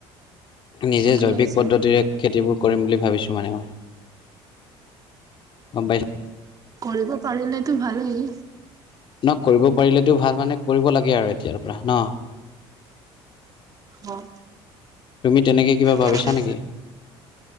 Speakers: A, on the left; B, on the right.
A: নিজে
B: ঠিকে
A: জৈৱিক
B: আছে,
A: পদ্ধতিৰে খেতিবোৰ কৰিম বুলি ভাবিছোঁ মানে মই। গম পাইছ-
B: কৰিব পাৰিলেতো ভালেই।
A: ন কৰিব পাৰিলেটো ভাল মানে কৰিব লাগে আৰু এতিয়াৰ পৰা ন।
B: অ'।
A: তুমি তেনেকে কিবা ভাবিছা
B: কৰিব
A: নেকি?